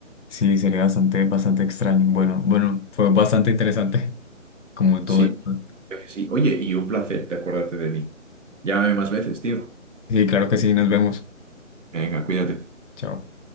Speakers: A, on the left (about 60°); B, on the right (about 65°).
A: Sí, sería bastante, bastante extraño. Bueno, bueno, fue bastante interesante <laughs> como
B: Sí,
A: todo esto.
B: sí. Oye, y un placer de acordarte de mí. Llámame más veces, tío.
A: Sí, claro que sí, nos vemos.
B: Venga, cuídate.
A: Chao.